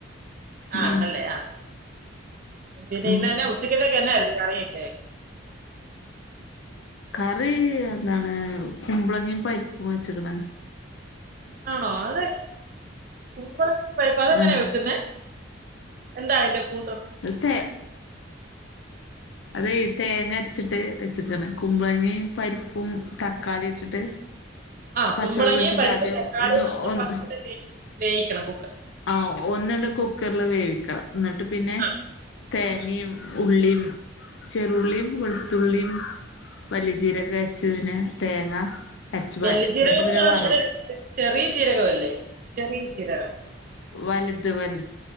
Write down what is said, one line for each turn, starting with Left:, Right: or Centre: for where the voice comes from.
Left: ഉം
Right: ആണല്ലേ ആ ആ പിന്നെ
Left: ഉം
Right: ഇന്നന്നെ ഉച്ചക്കത്തേക്കന്നായിരുന്നു കറിയൊക്കെ
Left: കറി എന്താണ് കുമ്പ്ളങ്ങും പരിപ്പും വെച്ചക്കണ
Right: ആണോ അത കുമ്പള പരിപ്പ് അതെങ്ങനെയാ
Left: ആ
Right: വെക്കുന്ന എന്താ അന്റെ കൂ ട്ട്
Left: അതേ അത് തേങ്ങ അരച്ചിട്ട് കുമ്പളങ്ങ
Right: ഉം
Left: പരിപ്പും തക്കാളി ഇട്ടിട്ട്
Right: ആ
Left: പച്ചമുളക്
Right: കു മ്പളങ്ങയും
Left: ഇട്ടിട്ട്
Right: പരിപ്പും
Left: ആദ്യം
Right: തക്കാളിയും
Left: ഒന്ന്
Right: കുടി
Left: ഒന്ന്
Right: ഫസ്റ്റില് വേവി വേയിക്കണം
Left: ആ ഒ കുക്കറിൽ വേവിക്കണം എന്നിട്ട് പിന്നെ
Right: ആണോ
Left: തേങ്ങയും
Right: ആ
Left: ഉള്ളിയും ചെറുള്ളിയും വെളുത്തുള്ളിയും വലിയ ജീരൊക്കെ അരച്ചു പിന്നെ തേങ്ങ അരച്ച്
Right: വല്ലിയജീരക
Left: പാരാ എന്നിട്ട്
Right: <unintelligible>
Left: പിന്നെ വറവ്
Right: ചെറിയ ചീരകല്ലേ ചെറിയ ചീരകം
Left: വലുത് വലു